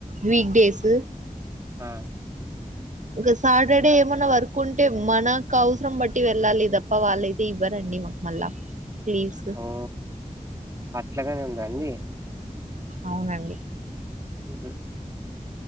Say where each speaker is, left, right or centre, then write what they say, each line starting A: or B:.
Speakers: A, on the right; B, on the right.
A: week days
B: ఆ
A: ఇంకా సాటర్డే ఏమన్నా వర్క్ ఉంటే మనకు అవసరం బట్టి వెళ్ళాలి తప్ప వాళ్ళైతే ఇవ్వరండి మ మల్ళ <unintelligible>
B: ఒ అట్లగానే ఉందాండి
A: అవునండి
B: ఉ